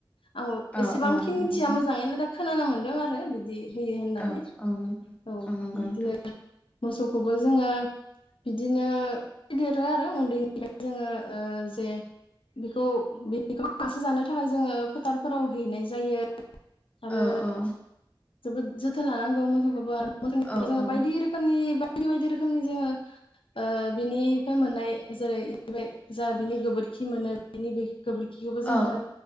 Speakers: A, on the left (about 80°); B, on the left (about 15°).
A: आं
B: औ
A: एसेबांखि
B: औ नंगौ
A: मिथिया
B: नोंथां
A: मोजाङै नाथाय खोनानो मोन्दों आरो बिदि होयो होननानै
B: औ औ नंगौ
A: औ
B: नंगौ
A: बिदिनो
B: नोंथां
A: मोसौखौबो जोङो बिदिनो फेदेरो आरो उन्दैनिफ्राय जोङो ओ जे बेखौ बेखौ बो गांसो जानो थाखाय जोङो फोथारफोराव हैनाय जायो आरो
B: औ औ
A: जोबोद जोथोन लानांगौ मोसौखौबो आरो <unintelligible>
B: औ औ
A: बायदि रोखोमनि बायदि बायदि रोखोमनि जोङोओ बिनिफ्राय मोननाय जेरै जा बिनि गोबोरखि मोनो। बेनि बे गोबोरखिखौबो जोङो
B: औ